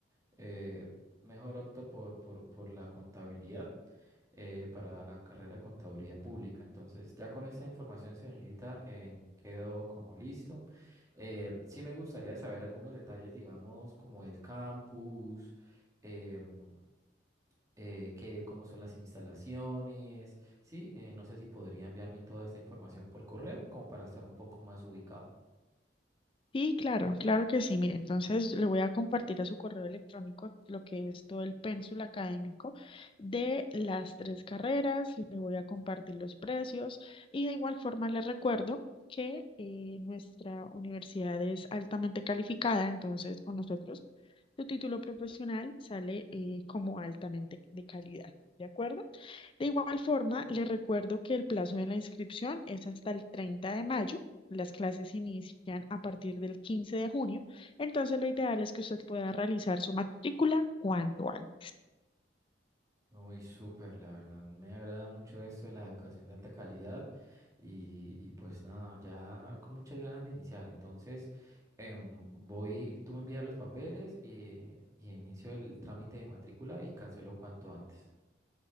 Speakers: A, on the right; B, on the left.
A: eh, mejor opto por, por, por la contabilidad eh, para la carrera de contaduría pública. Entonces, ya con esa información, señorita, eh, quedo como listo. Eh, sí me gustaría saber algunos detalles, digamos, como el campus, em, eh, qué- cómo son las instalaciones, sí, eh, no sé si podría enviarme toda esta información por correo, como para estar un poco más ubicado.
B: Sí, claro, claro que sí. Mire, entonces le voy a compartir a su correo electrónico lo que es todo el pénsul académico de las tres carreras, le voy a compartir los precios y de igual forma le recuerdo que eh, nuestra universidad es altamente calificada, entonces con nosotros su título profesional sale eh, como altamente de calidad. ¿De acuerdo? De igual forma, le recuerdo que el plazo de la inscripción es hasta el 30 de mayo. Las clases inician a partir del 15 de junio, entonces lo ideal es que usted pueda realizar su matrícula cuanto antes.
A: Muy súper, la verdad. Me agrada mucho eso de la educación de alta calidad y, y pues nada, ya con muchas ganas de iniciar. Entonces, em, voy, tú me envías los papeles y, y inicio el trámite de matrícula y cancelo cuanto antes.